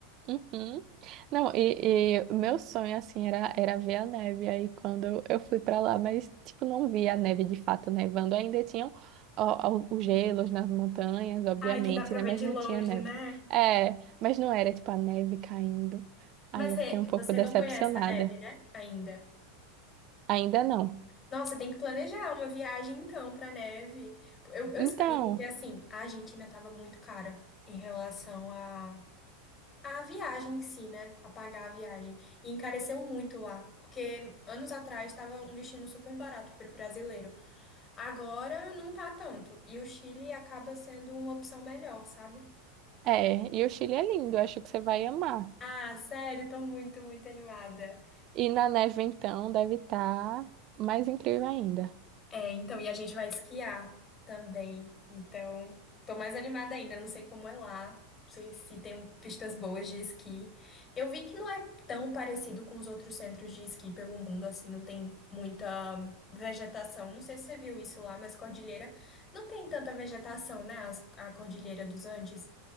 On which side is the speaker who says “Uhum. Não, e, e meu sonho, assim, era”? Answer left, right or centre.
Right